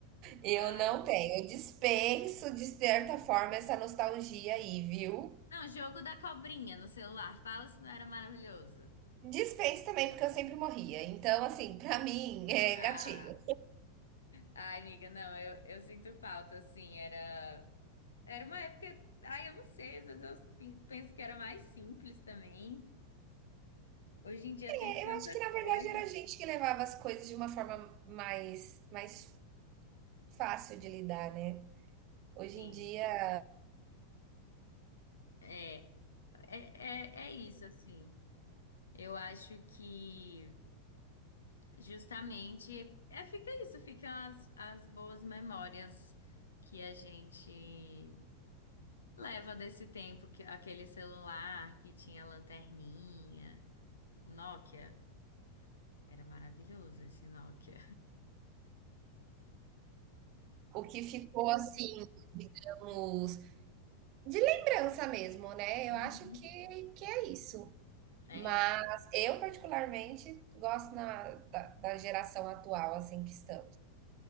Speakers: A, on the right; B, on the left.
A: Eu
B: Ai.
A: não tenho. Eu dispenso, de certa forma, essa nostalgia aí, viu?
B: Não, jogo da cobrinha no celular. Fala se não era maravilhoso.
A: Dispenso também, porque eu sempre morria. Então, assim, pra mim, é
B: Ah.
A: gatilho.
B: Ai, amiga, não, eu, eu sinto falta, assim, era, era uma época, ai, eu não sei, às vezes eu pen- penso que era mais simples também, hoje em dia
A: É,
B: tem tanta
A: eu acho que, na verdade,
B: coisa,
A: era a gente que levava as coisas de uma forma mais, mais fácil de lidar, né? Hoje
B: assim,
A: em dia.
B: é, é, é, é isso, assim, eu acho que justamente, é, fica isso, ficam as, as boas memórias que a gente leva desse tempo, que aquele celular que tinha lanterninha, o Nokia, era maravilhoso esse Nokia.
A: O que ficou assim, digamos, de lembrança mesmo, né? Eu
B: Uhum.
A: acho que, que é isso.
B: É.
A: Mas
B: isso.
A: eu, particularmente, gosto na- da, da geração atual, assim, que estamos.